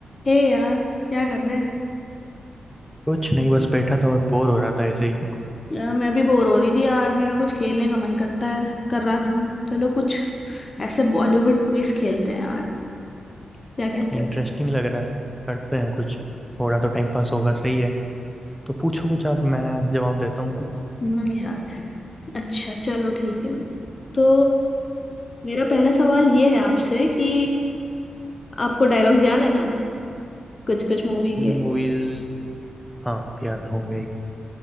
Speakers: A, on the left (about 35°); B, in the centre.
A: हे यार क्या कर रहे हैं
B: कुछ नहीं बस बैठा था और बोर हो रहा था ऐसे ही
A: यार मैं भी बोर हो रही थी यार मेरा कुछ खेलने का मन करता है कर रहा था चलो कुछ ऐसे बॉलीवुड क्विज खेलते हैं यार क्या कहते
B: इंटरेस्टिंग
A: हो
B: लग रहा है करते हैं कुछ थोड़ा तो टाइम पास होगा सही है तो पूछो कुछ आप मैं जवाब देता हूँ
A: हम्म यार अच्छा चलो ठीक है तो मेरा पहला सवाल ये है आपसे कि आपको डायलॉग्स याद है ना कुछ कुछ मूवी के
B: मूवीज हाँ याद होंगे ही।